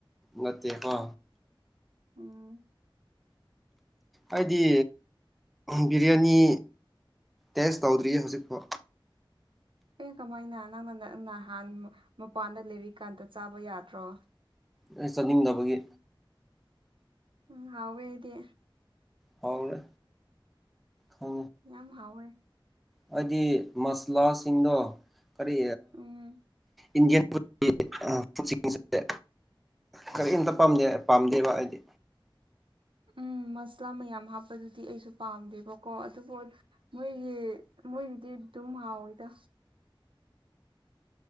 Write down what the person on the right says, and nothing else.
ꯎꯝ
ꯑꯦ ꯀꯃꯥꯏꯅ ꯅꯪꯅ ꯅꯪ ꯅꯍꯥꯟ ꯃꯄꯥꯟꯗ ꯂꯩꯔꯤꯀꯥꯟꯗ ꯆꯥꯕ ꯌꯥꯗ꯭ꯔꯣ
ꯎꯝ ꯍꯥꯎꯋꯦ ꯍꯥꯏꯗꯤ
ꯌꯥꯝ ꯍꯥꯎꯋꯦ
ꯎꯝ
ꯎꯝ ꯃꯁꯂꯥ ꯃꯌꯥꯝ ꯍꯥꯞꯄꯗꯨꯗꯤ ꯑꯩꯁꯨ ꯄꯥꯝꯗꯦꯕꯀꯣ ꯑꯗꯨꯕꯨ ꯃꯣꯏꯒꯤ ꯃꯣꯏꯒꯤꯗꯤ ꯑꯗꯨꯝ ꯍꯥꯎꯋꯤꯗ